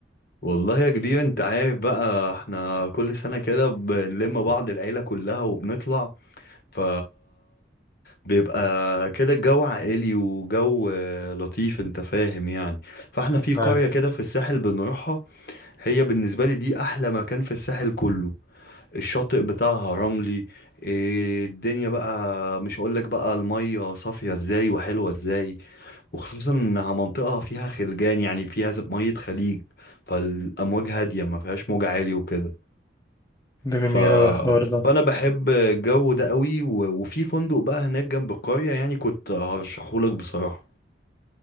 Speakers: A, on the left; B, on the left.
A: والله يا كبير انت عارف بقى احنا كل سنه كده بنلم بعض العيله كلها وبنطلع ف بيبقى كده الجو عائلي وجو آه، لطيف انت فاهم يعني فاحنا في قرية
B: أيوة
A: كده في الساحل بنروحها هي بالنسبة لي دي أحلى مكان في الساحل كله الشاطئ بتاعها رملي إيه الدنيا بقى مش هقولك بقى المية صافية ازاي وحلوة ازاي وخصوصا انها منطقة فيها خلجان يعني فيها ز- مية خليج فالأمواج هادية ما فيهاش موج عالي وكده
B: ده
A: ف...
B: جميل أوي الحوار ده
A: فأنا بحب الجو ده قوي و... وفي فندق بقى هناك جنب القرية يعني كنت هرشحهولك بصراحة